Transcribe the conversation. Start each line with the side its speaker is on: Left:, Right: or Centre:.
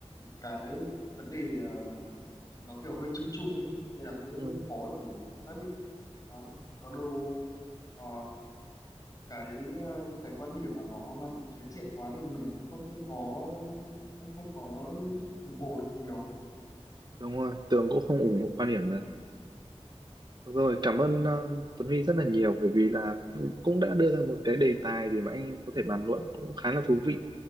Left: cái vấn đề ờ, nó kiểu hơi chung chung ấy nên là cũng
Right: ừ
Left: khó để xác định Đó. Có đâu ờ, cái ờ, những cái quan điểm mà nó mang tính phiến diện quá thì mình cũng không không có không không có ủng hộ được nhiều.
Right: đúng rồi Tường cũng không ủng hộ quan điểm đấy Được rồi cảm ơn ờ, Tuấn Huy rất là nhiều bởi vì là cũng đã đưa ra một cái đề tài để mà anh em có thể bàn luận cũng khá là thú vị